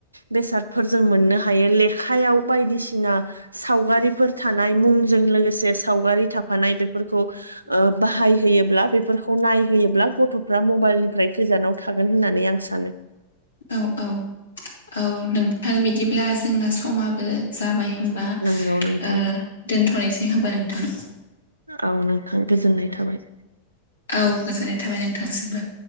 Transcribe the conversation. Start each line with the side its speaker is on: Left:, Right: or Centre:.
Right: बेसादफोर जों मोननो हायो लेखायाव बायदिसिना सावगारिफोर थानाय मुं जों लोगोसे सावगारि थाफानाय बेफोरखौ ओ बाहाय होयोब्ला बेफोरखौ नाय होयोब्ला गथ'फ्रा मबाइलनिफ्राय गोजानाव थागोन होननानै आं सानो
Left: औ औ औ नोंथां बिदिब्ला जोंना समाबो जाबाय होमबा
Right: नंगौ नोंथां
Left: ओ दोनथ'नोसै होमबा नोंथां
Right: औ नोंथां गोजोननाय थाबाय
Left: औ गोजोननाय थाबाय नोंथांसिमबो